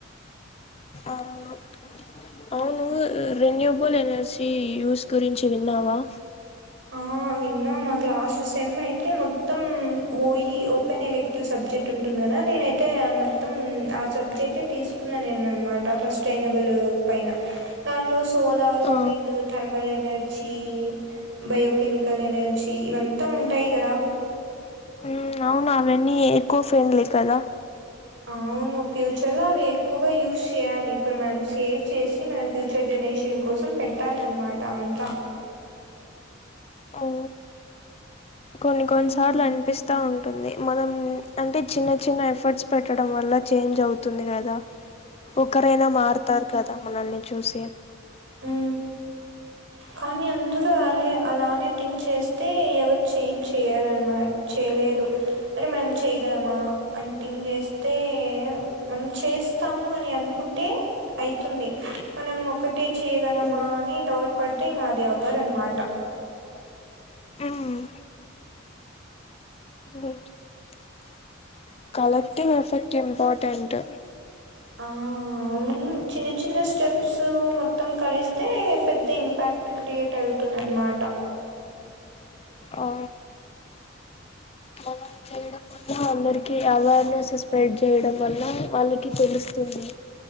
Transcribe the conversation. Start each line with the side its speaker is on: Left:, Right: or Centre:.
Left: అవును అవును రెన్యూబుల్ ఎనర్జీ యూస్ గురించి విన్నావా
Right: ఆ విన్నా మా క్లాస్ సెమ్ అయితే మొత్తం ఓయి ఓపెన్ ఎలక్టివ్ సబ్జెక్ట్ ఉంటుందనా. నేనైతే మొత్తం ఆ సబ్జెక్టే తీసుకున్నా. నేనన్మాట ఫస్టేనీబులు పైన దంట్లోస్ పోలారు
Left: ఆ
Right: వెండు థర్మాలేట్ ఏడ్చి బయోకెమికల్ ఎనర్జీ ఇవంతా ఉంటాయి కదా
Left: ఉమ్, అవును అవన్నీ ఎక్కువ ఫ్రెండ్లీ కదా
Right: అవును ఫ్యూచర్ లో అవి ఎక్కువగా యూస్ చేయాలి. ఇప్పుడు మనం సేవ్ చేసి మన ఫ్యూచర్ జనరేషన్ కోసం పెట్టాలన్మాట అంతా
Left: ఓ కొన్ని కొన్ని
Right: ఉమ్
Left: సార్లు అనిపిస్తా ఉంటుంది మనం అంటే చిన్న చిన్న ఎఫర్ట్స్ పెట్టడం వల్ల చేంజ్ అవుతుంది కదా ఒకరైనా మారుతారు కదా మనల్ని చూసేం
Right: హు కానీ అందుక్ హో అలాయే అలానే థింక్ చేస్తే, ఎవరు చేంజ్ చేయరాన్మాట్ చేయలేరు. అంటే మనం చేయగలమా అని థింక్ చేస్తే, మనం చేస్తాము అని అనుకుంటే అయితుంది మనం ఒకటి అంటే చేయగలమా
Left: ఉమ్,
Right: అని డౌట్ పడితే ఇంకా అది అవ్వదన్నమాట
Left: ఉమ్, <inaudible> కలెక్టివ్ ఎఫెక్ట్ ఇంపార్టెంట్
Right: ఆ అవును చిన్న చిన్న స్టెప్స్ మొత్తం కలిస్ అయితే పెద్ద ఇంపాక్ట్ క్రియేట్ అవుతుంది అన్నమాట
Left: అ మనం చేయడం అందరికి అవేర్నెస్ స్ప్రెడ్ చేయడం వల్ల వాళ్ళకి కి తెలుస్తుంది